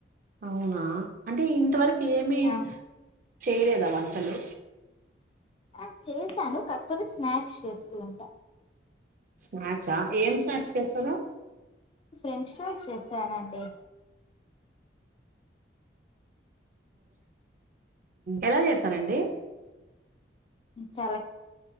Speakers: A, on the right; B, on the left.
A: అవునా అంటే ఇంతవరకు ఏమి
B: ఆ
A: చేయలేదా వంటలు
B: ఆ చేశాను కాకపోతే స్నాక్స్ చేస్తూ ఉంటా.
A: స్నాక్సా ఏం స్నాక్స్ చేస్తరు
B: ఫ్రెంచ్ ఫ్రైస్ చేసానండి
A: ఎలా చేస్తారండి
B: చాలా